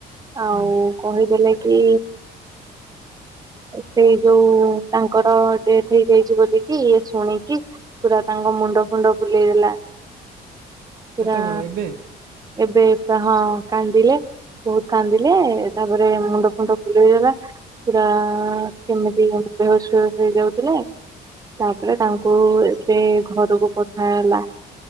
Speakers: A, on the right (about 20°); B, on the right (about 75°).
A: ଆଉ
B: ହୁଁ
A: କହିଦେଲେ କି ସେଇ ଯଉ ତାଙ୍କର ଡ଼େଥ୍ ହେଇଯାଇଚି ବୋଲିକି, ଇଏ ଶୁଣିକି ପୁରା ତାଙ୍କ ମୁଣ୍ଡ ଫୁଣ୍ଡ ବୁଲେଇ ଦେଲା।
B: କେତେବେଳେ ଏବେ?
A: ଏବେ, ହଁ କାନ୍ଦିଲେ। ବହୁତ୍‌ କାନ୍ଦିଲେ, ତା'ପରେ ମୁଣ୍ଡ ଫୁଣ୍ଡ ଦେଲା। ପୁରା କେମିତି ବେହୋସ୍ ଫେହୋସ୍ ହେଇ ଯାଉଥିଲେ। ତା'ପରେ ତାଙ୍କୁ ସେ ଘରୁକୁ ପଠା ହେଲା।